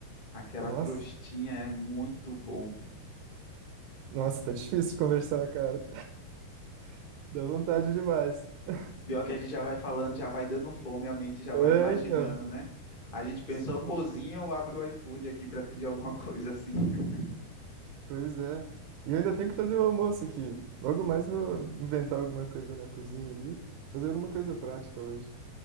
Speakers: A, on the left; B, on the right.
A: aquela
B: nossa,
A: crostinha é muito bom.
B: nossa, tá difícil conversar, cara. <laughs> Dá vontade demais. <laughs>
A: Pior que a gente já vai falando, já vai dando fome, a mente já vai
B: É,
A: imaginando,
B: então.
A: né? A gente pensa,
B: Sim.
A: ou cozinha ou abre o iFood aqui para pedir alguma coisa assim. <laughs>
B: Pois é. E eu ainda tenho que fazer o almoço aqui. Logo mais vou inventar alguma coisa na cozinha ali. Fazer alguma coisa prática hoje.